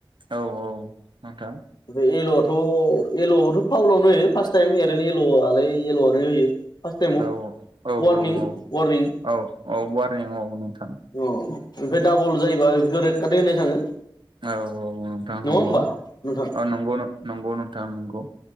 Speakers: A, on the right; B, on the left.
A: औ औ नोंथां
B: ओमफ्राय एल'आथ' एल'आवबोथ' फावलावनो होयो फास टाइम एरनो एल' आलाय एल'आनो होयो फार्स्ट टाइमाव
A: औ औ औ
B: वारनिं
A: औ
B: वारनिं
A: औ औ वारनिं औ नोंथां
B: अ ओमफ्राय डाबल जायोबा बेखौ रेट खाट होनाय थाङो
A: औ औ नोंथां
B: नङा
A: नंगौ
B: होमबा नोंथां
A: ओ नंगौ नंगौ नोंथां नंगौ